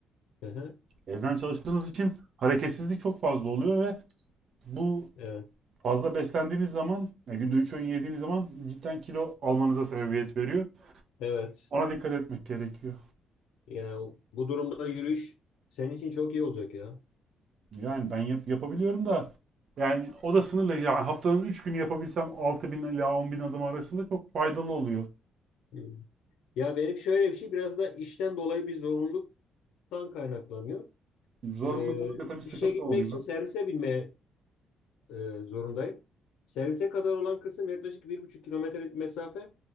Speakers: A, on the left; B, on the right.
A: hı hı,
B: Evden çalıştığınız için hareketsizlik çok fazla oluyor ve bu
A: evet,
B: fazla beslendiğiniz zaman, ya günde 3 öğün yediğiniz zaman cidden kilo almanıza sebebiyet veriyor.
A: evet.
B: Ona dikkat etmek gerekiyor.
A: Yani bu durumda yürüyüş senin için çok iyi olacak ya.
B: Yani ben yap- yapabiliyorum da yani o da sınırlı. Yani haftanın 3 günü yapabilsem 6000 ila 10000 adım arasında çok faydalı oluyor.
A: Hı. Ya benim şöyle bir şey biraz da işten dolayı bir zorunluluktan kaynaklanıyor.
B: Zorunluluk
A: Ee,
B: olunca tabii sıkıntı
A: işe gitmek
B: oluyor.
A: için servise binmeye e, zorundayım. Servise kadar olan kısım yaklaşık bir buçuk kilometrelik mesafe.